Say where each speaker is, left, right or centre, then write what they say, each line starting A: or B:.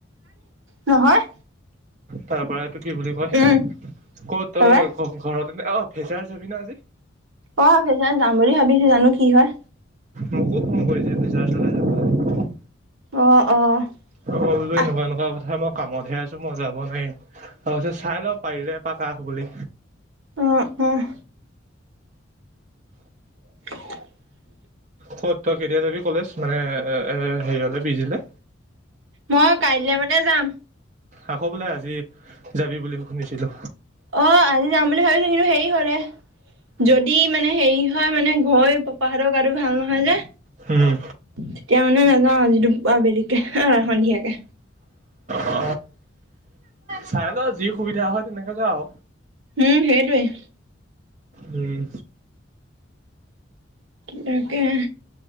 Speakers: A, on the right (about 80°); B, on the right (about 40°).
A: নহয়।
B: তাৰ পৰা এইটো কি বুলি কয়
A: উম
B: কত তই
A: তাৰপৰা
B: ঘৰত। অ ভেচাৰ চাবি না আজি।
A: অ ফেচাচ যাম বুলি ভাবিছো জানো কি হয়।
B: মোকো ফোন কৰিছে ফেচাচৰ কাৰণে
A: অ অ।
B: হব বোলো এনেকুৱা
A: আহ
B: এনেকুৱা কথা মই কামতহে আছো মই যাব নোৱাৰিম। তাৰপিছত চাই লওঁ পাৰিলে এপাক অহ বুলি।
A: অঁ আহঁ। <unintelligible>
B: ক'ত তই কেতিয়া যাবি কলেজ মানে এ এ হেৰি অলে পিজিলে।
A: মই কাইলৈ মানে যাম।
B: আকৌ বোলে আজি যাবি বুলি। শুনিছিলো
A: অ আজি যাম বুলি ভাবিছো কিন্তু হেৰি হলে। যদি মানে হেৰি হয় মানে ঘৈ পাপাহত গাটো ভাল নহয় যে।
B: হোম।
A: তেতিয়া মানে নাযাওঁ যিটো বেলেগকে সন্ধিয়াকে
B: অ চাই লও যি সুবিধা হয় তেনেকে যা আৰু।
A: উম সেইটোৱেই।
B: উম।
A: তাকেহে